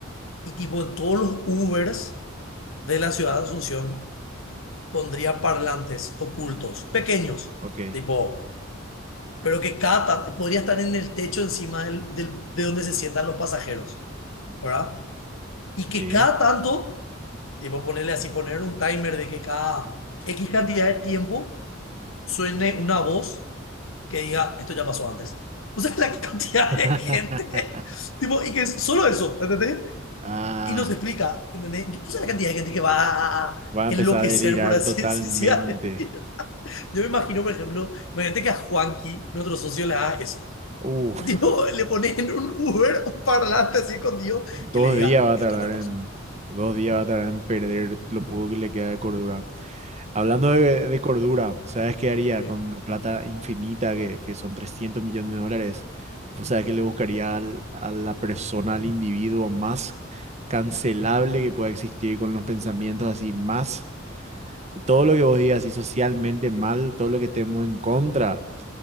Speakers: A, on the left (about 85°); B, on the right (about 35°).
A: y tipo en todos los Ubers de la ciudad de Asunción pondría parlantes ocultos, pequeños,
B: Ok,
A: tipo, pero que cada tan- podría estar en el techo encima del, del- de donde se sientan los pasajeros, ¿verdad? Y que
B: sí.
A: cada tanto Tipo, ponerle así, poner un timer de que cada X cantidad de tiempo suene una voz que diga, esto ya pasó antes. O sea, <laughs> la cantidad
B: <laughs>
A: de gente, <laughs> tipo, y que es solo eso, ¿entendés?
B: Ah,
A: Y nos explica, ¿entendés? Yo puse la cantidad de gente que va a a
B: va a
A: enloquecer,
B: empezar a delirar
A: por así
B: totalmente.
A: decirlo. <laughs> Yo me imagino, por ejemplo, imagínate que a Juanqui, nuestro socio, le haga eso.
B: Uf,
A: Tipo, le pones en un Uber un parlante así escondido
B: dos
A: que le diga,
B: días va a
A: esto
B: tardar
A: ya
B: en,
A: pasó.
B: dos días va a tardar en perder lo poco que le queda de cordura. Hablando de, de cordura, ¿sabes qué
A: <laughs>
B: haría
A: Ok,
B: con la plata infinita que, que son 300 millones de dólares? O sea, que le buscaría al- a la persona, al individuo más cancelable que pueda existir con los pensamientos así, más todo lo que vos digas, así socialmente mal, todo lo que estemos en contra.